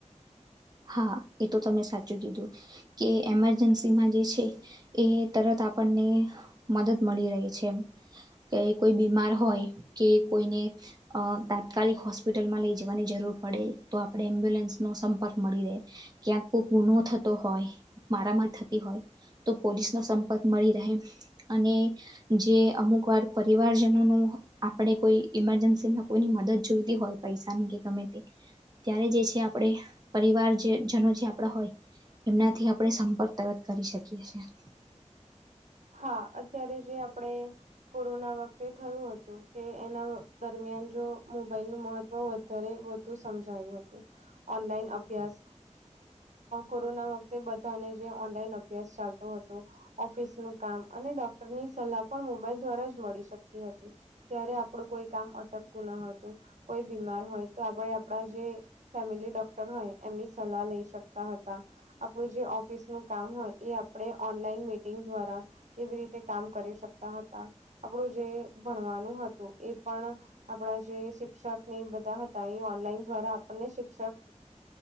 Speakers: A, on the right (about 35°); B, on the right (about 70°).
A: હા એ તો તમે સાચું કીધું, કે એમરજન્સીમાં જે છે. એ તરત આપણને મદદ મળી રહી છે. કે કોઈ બીમાર હોય કે કોઈને અ તાત્કાલિક હોસ્પિટલમાં લઈ જવાની જરૂર પડે તો આપડે એમ્બ્યુલન્સ નો સંપર્ક મળી રહે, ક્યાંક કોઈક ગુનો થતો હોય, મારામારી થતી હોય. તો પોલીસ નો સંપર્ક મળી રહે, અને જે અમુક વાર પરિવારજનો નો આપણે કોઈ ઈમરજન્સીમાં કોઈની મદદ જોઈતી હોય પૈસાની કે ગમે તે ત્યારે જે છે આપણે પરિવારજનો જે આપડા હોય, એમનાથી આપણે સંપર્ક તરત કરી શકીએ છીએ.
B: હા અત્યારે જે આપડે કોરોના વખતે થયું હતું. તો કે એના દરમિયાન જો મોબાઈલ નું મહત્વ વધારે વધુ સમજાયું હતું, ઓનલાઈન અભ્યાસ કોરોના વખતે બધાને જે ઓનલાઈન અભ્યાસ ચાલતો હતો. ઓફિસ નું કામ અને ડોક્ટરની સલાહ પણ મોબાઈલ દ્વારા જ મળી શકતી હતી. ત્યારે આપણું કોઈ કામ અટકતું ન હતું, કોઈ બીમાર હોય તો આપણે આપડા જે ફેમિલી ડોક્ટર હોય એમની સલાહ લઈ શકતા હતા. આપણું જે ઓફિસ નું કામ હોય એ આપણે ઓનલાઈન મીટિંગ દ્વારા એવી રીતે કામ કરી શકતા હતા, આપણું જે ભણવાનું હતું એ પણ આપણા જે શિક્ષકને એ બધા હતા એ ઓનલાઈન દ્વારા આપણને શિક્ષક